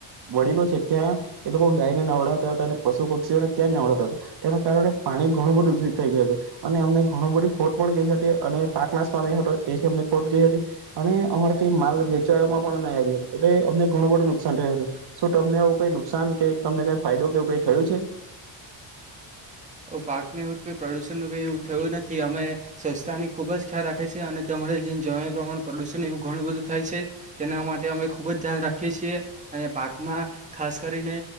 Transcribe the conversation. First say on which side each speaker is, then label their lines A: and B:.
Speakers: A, on the right; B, on the right.
A: વડીલો છે ત્યાં એ લોકો ગાયને નવડાવતા હતા પશુ પક્ષીઓને ત્યાં જ નવડાતા તેના કારણે પાણી ઘણું બધું <unintelligible> થઈ ગયલૂ અને અમને ઘણું બધી ખોટ પણ ગઈ હતી અને પાક નાશ પામ્યા હતો તેથી અમને ખોટ ગઈ હતી અને અમારે કઈ માલ વેચાયો પણ નહી આવ્યો, એટલે અમને ઘણું બધું નુકસાન થ છે. શું તમને આવું કઈ નુકસાન કે તમને કઈ ફાયદો કે એવું કઈ થયું છે?
B: પાકને એવું જ કઈ પ્રદુષણ ન કઈ એવું થયું નથી, અમે સ્વચ્છતા ખુબ જ ખ્યાલ રાખે છે અને તમારે જે જવા પ્રમાણે પ્રદુષણ એવું ઘણું બધું થાય છે, તેના માટે અમે ખૂબ જ ધ્યાન રાખીએ છીએ અને પાકમાં ખાસ કરીને